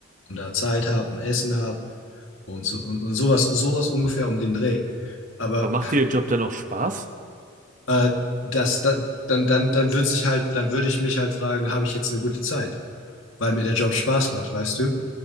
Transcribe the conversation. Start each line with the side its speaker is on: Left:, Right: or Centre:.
Left: und da Zeit habe und Essen habe und so und, und sowas, sowas ungefähr um den Dreh. Aber
Right: Aber macht dir der Job dann auch Spaß?
Left: äh, das, da, dann, dann, dann würde sich halt, dann würde ich mich halt fragen, habe ich jetzt eine gute Zeit? weil mir der Job Spaß macht, weißt du?